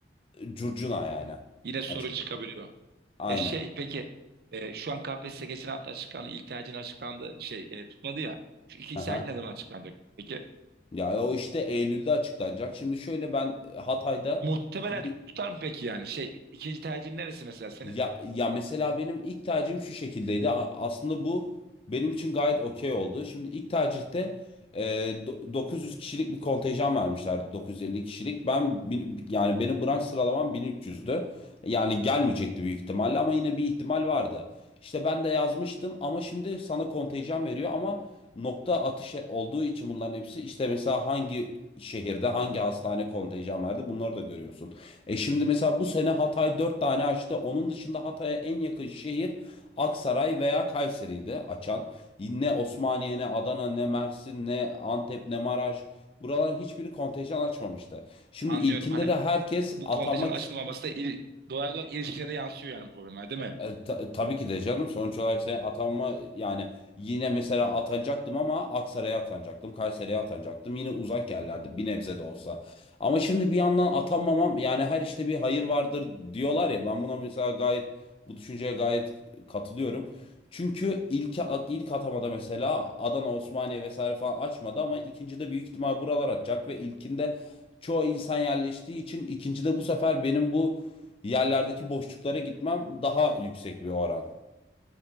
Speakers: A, on the left (about 30°); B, on the right (about 55°).
A: curcuna yani
B: yine sorun
A: açıkçası.
B: çıkabiliyor.
A: Aynen.
B: Ya şey peki e, şu an KPSS geçen hafta açıklandı. İlk tercihin açıklandı. Şey e, tutmadı ya. Şu ikinci
A: Aha.
B: tercih ne zaman açıklanacak? Peki
A: Ya o işte Eylül'de açıklanacak. Şimdi şöyle ben Hatay'da
B: muhtemelen
A: bir
B: tutar mı peki yani? Şey ikinci tercihin neresi mesela senin?
A: ya, ya mesela benim ilk tercihim şu şekildeydi. A- Aslında bu benim için gayet okey oldu. Şimdi ilk tercihte e, do- 900 kişilik bir kontenjan vermişlerdi. 950 kişilik. Ben bin- yani benim branş sıralamam 1300'dü. Yani gelmeyecekti büyük ihtimalle ama yine bir ihtimal vardı. İşte ben de yazmıştım ama şimdi sana kontenjan veriyor ama nokta atış olduğu için bunların hepsi işte mesela hangi şehirde hangi hastane kontenjan verdi bunları da görüyorsun. E şimdi mesela bu sene Hatay 4 tane açtı. Onun dışında Hatay'a en yakın şehir Aksaray veya Kayseri'ydi açan. Ne Osmaniye ne Adana ne Mersin ne Antep ne Maraş. Buraların hiçbiri kontenjan açmamıştı. Şimdi
B: Anlıyorum
A: ilkinde
B: hani
A: de herkes
B: bu
A: atanmak
B: kontenjanın açılmaması da il, doğal olarak ilişkine de yansıyor yani bu problemler değil mi?
A: E, ta- tabii ki de canım sonuç olarak sen atanma yani yine mesela atanacaktım ama Aksaray'a atanacaktım, Kayseri'ye atanacaktım. Yine uzak yerlerdi bir nebze de olsa. Ama şimdi bir yandan atanmamam yani her işte bir hayır vardır diyorlar ya ben buna mesela gayet bu düşünceye gayet katılıyorum. Çünkü ilk ilk atamada mesela Adana, Osmaniye vesaire falan açmadı ama ikincide büyük ihtimal buralar atacak ve ilkinde çoğu insan yerleştiği için ikincide bu sefer benim bu yerlerdeki boşluklara gitmem daha yüksek bir oran